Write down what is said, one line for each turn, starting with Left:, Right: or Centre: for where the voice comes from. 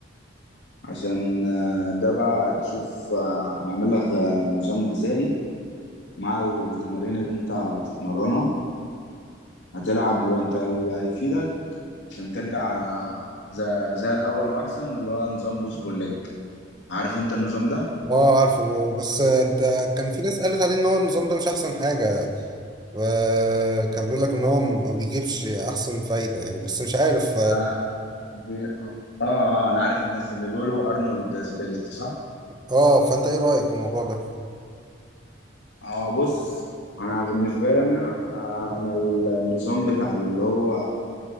Left: عشان آه، ده بقى تشوف آه، هنعمل لك آه، نظام غذائي مع التمارين اللي انت هتتمرنها هتلعب وانت اللي هيفيدك عشان ترجع آه، زي, زي الاول واحسن اللي هو نظام بوش بول ليج عارف انت النظام ده
Right: اه عارفه بس انت كان في ناس قالت عليه ان هو النظام ده مش احسن حاجه آه، كان بيقول لك ان هو ما بيجيبش احسن فايده يعني بس مش عارف
Left: اه بي... اه آه، انا عارف الناس اللي بيقولوا ارنولد سبليت صح
Right: اه فانت ايه رأيك في الموضوع ده
Left: اه بص انا بالنسبه لي انا آه، انا النظام بتاع اللي هو